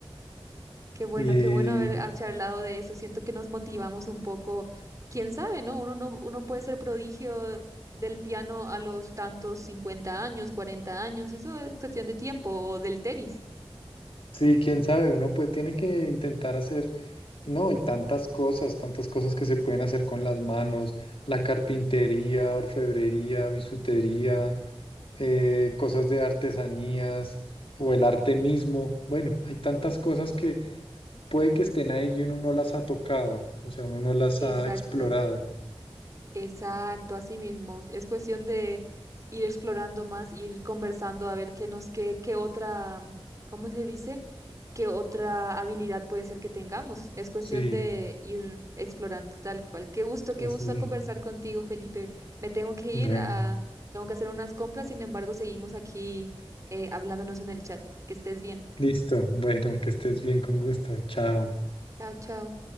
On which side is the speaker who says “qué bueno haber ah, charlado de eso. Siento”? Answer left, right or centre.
Right